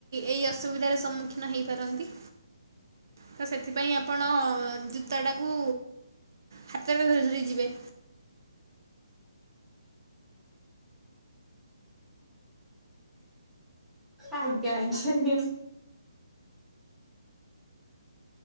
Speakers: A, on the right (about 55°); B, in the centre.
A: ଏହି ଅସୁବିଧାର ସମ୍ମୁଖୀନ ହେଇପାରନ୍ତି। ତ ସେଥିପାଇଁ ଆପଣ ଜୁତାଟାକୁ ହାତରେ ଧରି ଧରି ଯିବେ।
B: ଆଜ୍ଞା ଆଜ୍ଞା ଆଜ୍ଞା।